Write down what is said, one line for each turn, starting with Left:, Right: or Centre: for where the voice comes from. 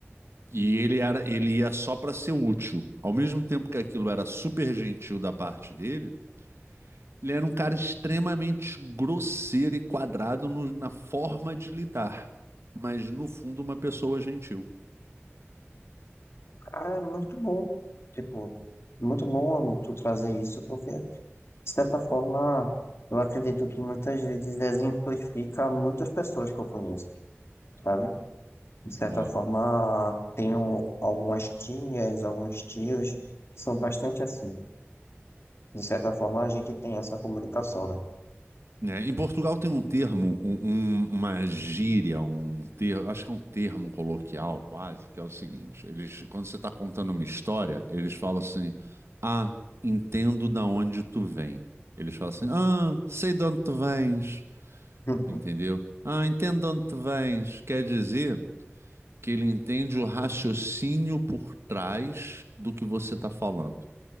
Right: E ele era, ele ia só para ser útil. Ao mesmo tempo que aquilo era super gentil da parte dele, ele era um cara extremamente grosseiro e quadrado no- na forma de lidar, mas no fundo uma pessoa gentil.
Left: Ah, é muito bom. Tipo, muito bom tu trazer isso, porque, de certa forma, eu acredito que muitas vezes exemplifica muitas pessoas que eu conheço, sabe? De certa
Right: Boa.
Left: forma, tenho algumas tias, alguns tios que são bastante assim. De certa forma, a gente tem essa comunicação, né?
Right: É, em Portugal tem um termo, um- um- uma gíria, um termo, acho que é um termo coloquial quase, que é o seguinte: eles, quando você está contando uma história, eles falam assim, ah, entendo da onde tu vem. Eles falam assim, ah, sei de onde tu vens,
Left: <laughs>
Right: entendeu? Ah, entendo de onde tu vens. Quer dizer que ele entende o raciocínio por trás do que você está falando.